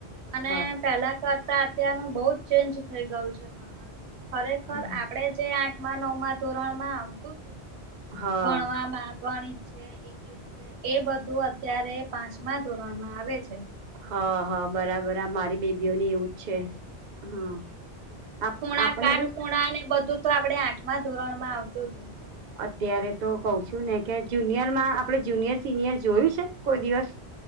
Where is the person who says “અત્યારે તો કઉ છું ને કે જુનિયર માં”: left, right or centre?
Right